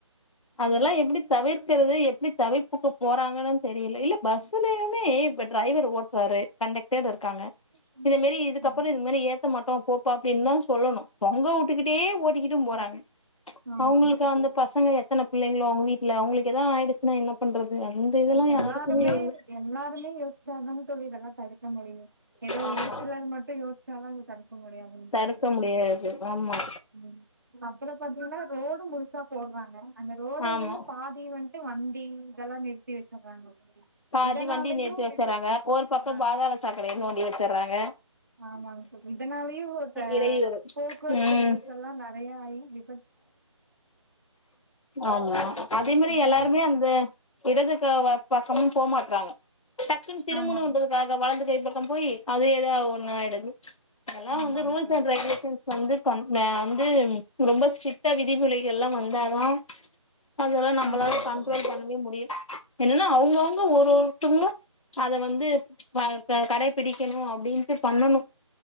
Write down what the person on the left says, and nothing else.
அதெல்லா
எப்டி தவிர்க்கிறது எப்டி தவிர்ப்புக்குப் போறாங்கனூ தெரில இல்ல பஸ்ஸுலயூமே ப ட்ரைவர் ஓட்டுறாரு கண்டக்டர் இருக் க்காங்க
இதுமாரி இதுக்கப்றோ
இது மாரி ஏத்த மாட்டோ போப்பா அப்டின் தா சொல்லணூ தொங்கவுட்டுக்கிட்டே ஓட்டிக்கிட்டு போறாங்க
அவங்ளுக்கு
அந்த பசங்க எத்தனப் இல்லைங்ளா அவுங்க வீட்டல அவுங்களுக்கு ஏதா ஆயிடுச்னா என்ன பண்றது அந்த இதெல்லா
யாருக்குமே இல்ல
ஆமா
தடுக்க
முடியாது ஆமா
ஆமா
பாதி
வண்டி நிறுத்தி வச்சறாங்க
ஒரு பக்கோ
பாதாள சாக்கடைய நோண்டி வச்சறாங்க
இடையூறு
ம்
ஆமா அதே மாரி
எல்லாருமே அந்த இடது க வ பக்கமூ போ மாட்றாங்க டக்குனு திருமணூன்றதுக்காக
வலது தே பக்கோ போய் அது ஏதாவ ஒன்னாயிடுது அதெல்லா
வந்து ரூல்ஸ்
அண்ட் ரெகுலேஷன்ஸ் வந்து பண் ஆ து ரொம்ப ஸ்ட்ரிக் டா விதிமுலைகள்லா வந்தாதா அதெல்லா நம்மளால
கண்ட்ரோல்
பண்ணவே முடி என்னன்னா அவங்கவுங்க ஒரு ஒருத்தங்களூ அத வந்து க க கடைபிடிக்கணூ அப்டின்ட்டு பண்ணணூ